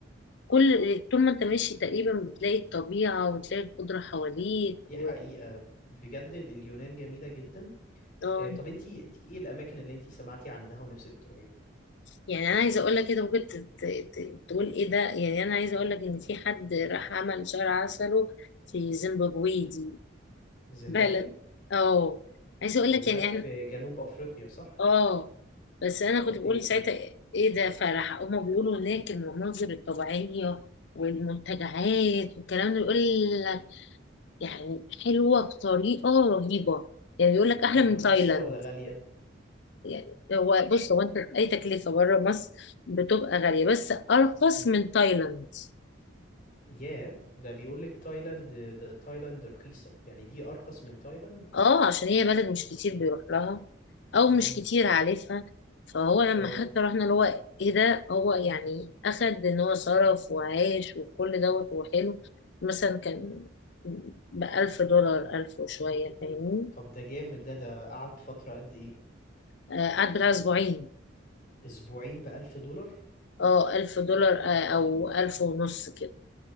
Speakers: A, on the left; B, on the left.
A: كل طول ما انت ماشي تقريبا بتلاقي الطبيعة وتلاقي الخضرة حواليك
B: دي
A: و...
B: حقيقة بجد ال- اليونان جميلة جدا
A: آه.
B: آه، طب انتي انتي ايه الاماكن اللي انتي سمعتي عنها ونفسك تروحيها
A: يعني انا عايزة اقول لك كده ممكن ت- ت- ت- تقول ايه ده يعني انا عايزة اقول لك ان في حد راح عمل شهر عسله في زيمبابوي دي
B: زيمبابوي
A: بلد اه عايزة اقول
B: دي
A: لك
B: بلد
A: يعني
B: في جنوب افريقيا صح
A: اه بس انا
B: طب
A: كنت بقول
B: ايه الدنيا
A: ساعتها ايه ده فرح هما بيقولوا هناك المناظر الطبيعيه والمنتجعات والكلام ده يقول لك يعني حلوه بطريقه رهيبه يعني بيقول لك احلى
B: طب
A: من
B: رخيصة
A: تايلاند
B: ولا غالية
A: يعني هو بص هو انت اي تكلفه بره مصر بتبقى غاليه بس ارخص
B: إمم.
A: من تايلاند
B: ياه ده بيقول لك تايلاند ده تايلاند رخيصة يعني دي أرخص من تايلاند
A: اه عشان هي بلد مش كتير بيروح لها او
B: امم
A: مش كتير عارفها فهو لما
B: اه
A: حتى رحنا اللي هو ايه ده هو يعني اخد ان هو صرف وعاش وكل دوت وحلو مثلا كان
B: مم.
A: بألف دولار ألف وشوية فاهمني
B: طب ده جامد ده ده قعد فترة قد إيه
A: آه، قعد بتاع أسبوعين
B: أسبوعين بألف دولار
A: اه ألف دولار آه، أو ألف ونص كده